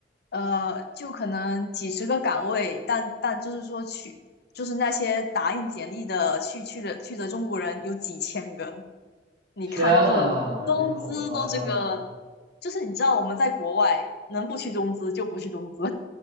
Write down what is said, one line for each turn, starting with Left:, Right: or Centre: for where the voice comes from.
Left: 呃，就可能几十个岗位，但但就是说去，就是那些打印简历的去去的去的中国人有几千个。你看，
Right: 天啊，
Left: 就是中资都这个，
Right: 这个好夸张啊！
Left: 就是你知道我们在国外能不去中资就不去中资，